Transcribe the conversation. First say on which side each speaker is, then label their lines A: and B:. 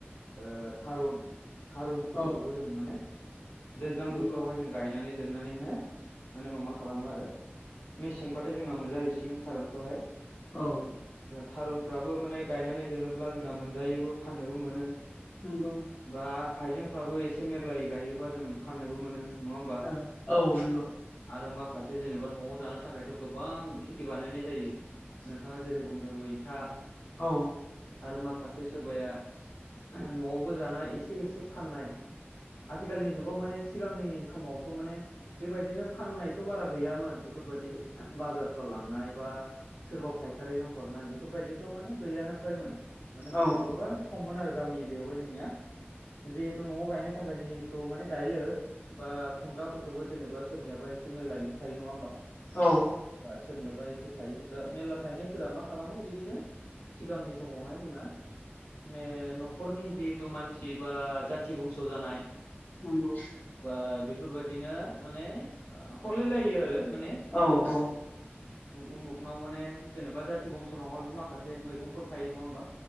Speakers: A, on the left (about 80°); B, on the left (about 40°).
A: ओ थारुन थारुन खेथिखौबो
B: औ
A: जों माने दैज्लां
B: नंगौ
A: बोथोरावहाय जों गायनानै दोननानैहाय माने मा खालामो आरो मेसेंबाथाय जोंहा मोनजाहैसिगोन थारुनखौहाय।
B: औ।
A: थारुनफ्राबो माने गायनानै दोनोब्ला जोंना मोनजायोबो फाननोबो मोनो।
B: नोंगौ।
A: बा हाइजेंफ्राबो एसे मेरलायै गायोबा जों फाननोबो मोनो। नङा होमबा
B: औ औ नंगौ
A: आरो मा खासे जेनेबा न'आव जानो थाखायथ' गोबां खेथि बानायनाय जायो। नोंथाङा जेरै बुंदों मैथा
B: औ।
A: आरो माखासे सोरबाया न'आवबो जानाय एसे एसे फाननाय आथिखालनि जुगाव माने सिगांनि समावथ' माने बेबायदिनो फाननाय थ' बारा गैयामोन बेफोरबायदि बाजारफ्राव लांनाय बा सोरबा फायखारिनो हरनाय बेफोरबायदिथ' माने गैयानो फ्रायमोन माने
B: औ
A: गोबां खममोन आरो गामि एरियायावहाय जोंनिया जिहेथु न'आव गायनो थाखाय जिखौ माने गायो बा खुमब्राफोरखौबो जेनेबा सोरनियाबा एसे मेरलायैनो थायो नङा होमबा?
B: औ।
A: बा सोरनियाबा एसे थायो दा मेरला थायनायफोरा मा खालामो बिदिनो सिगांनि समावहाय जोंना माने न'खरनि जिहेथु मानसि बा जाथि बंस' जानाय
B: नोंगौ।
A: बा बेफोरबायदिनो माने हरलाय लायो आरो माने।
B: औ औ।
A: उमुगनाव माने जेनेबा जाथि बंसनावहायबो माखासे मैगंफोर थायो। नङा होमबा?